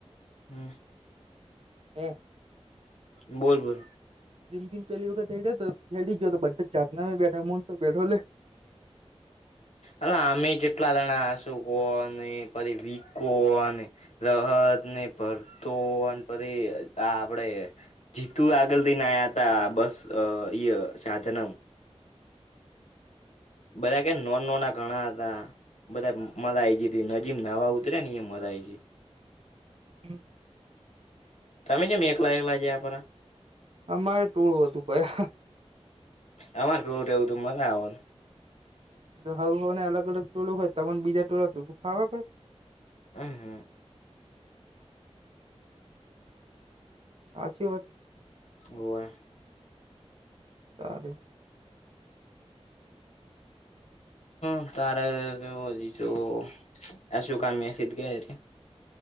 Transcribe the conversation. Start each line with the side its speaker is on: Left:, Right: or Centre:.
Left: હમ
Right: હમ.
Left: બોલ બોલ.
Right: જિકિન પહેલી વખત હેડે બતા ચાતના બેઠ મન તો બેઠોલે.
Left: અ અમે જેટલા દણા આસુ હો ને પછી વીક હો. રહદ નહી ભરતો અને પછી આ આપડે. જીતુ આગળ દઈને આવ્યા ત બસ અ ઈ શાહજનમ. બધા કે નોન નો ના ઘણા હતા. બધા મલા આઈ ગ નજીમ નાહવા ઉતરે ને એ મરાજ.
Right: <inaudible>
Left: તમે જેમે એકલા એકલા જયા પરરા.
Right: અમારે ટોળું હતું ભાઈ.
Left: અમાર કેવું રહેવ તું મજા આવ.
Right: હું હો ને અલગ અલગ ટોળક હોય તો પણ બીજા ટોળક ખાવાક હોય.
Left: હ હા.
Right: સાચું વાતું.
Left: હવે.
Right: સાર.
Left: હ તારે હજી જો આશું કામી આી ગ.